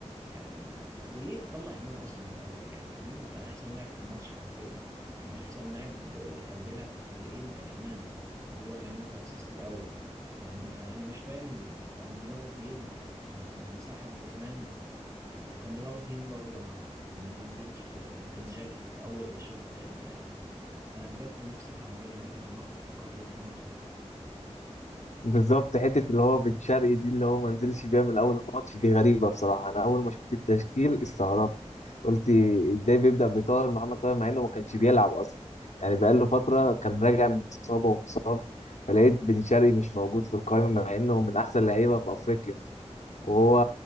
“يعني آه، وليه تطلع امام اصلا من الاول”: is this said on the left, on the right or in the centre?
Right